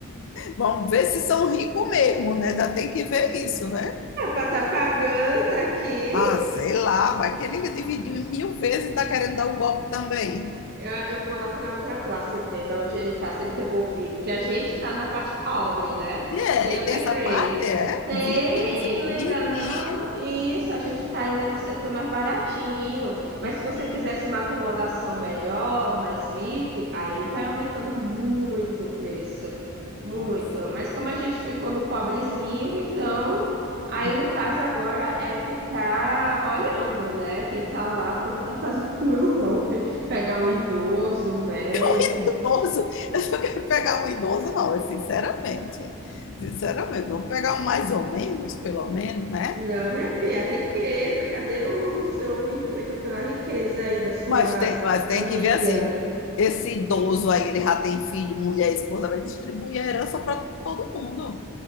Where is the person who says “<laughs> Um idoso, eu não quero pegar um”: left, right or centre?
Left